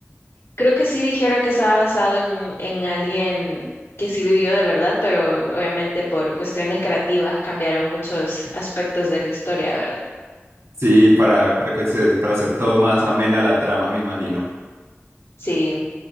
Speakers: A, on the left; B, on the right.
A: Creo que sí dijeron que estaba basado en, un- en alguien que sí vivió de verdad, pero obviamente por cuestiones creativas cambiaron muchos aspectos de la historia, ¿verdad?
B: Sí, para, para que se, para hacer todo más amena la trama, me imagino.
A: Sí.